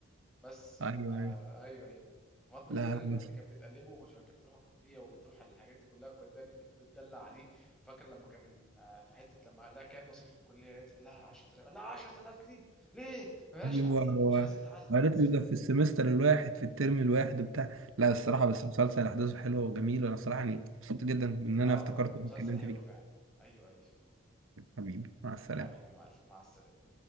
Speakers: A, in the centre; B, on the right (about 75°).
A: بس
B: ايوه
A: فا
B: ايوه
A: ايوه ايوه فاطمه
B: لا
A: دي دايما
B: لا بس
A: اللي كانت بتقلبه عشان كانت بتروح الكليه وبتروح على الحاجات دي كلها كانت دايما بتدلع عليه فاكر لما كان آه، في حته لما قال لها كام مصاريف الكليه قالت لها 10000 قال لها 10000 جنيه ليه ما بلاش
B: ايوه
A: تعليم
B: هو
A: مش عايزين الحل
B: قالت
A: اصلا
B: له ده في السمستر الواحد في الترم الواحد وبتاع لا الصراحه بس مسلسل احداثه حلوه وجميله انا الصراحه يعني مبسوط جدا ان انا
A: اه
B: افتكرت
A: لا لا كان
B: إني
A: مسلسل
B: اتكلمت
A: حلو
B: فيه
A: فعلا ايوه ايوه
B: حبيبي مع السلامه
A: يا حبيبي يا معلم مع السلامه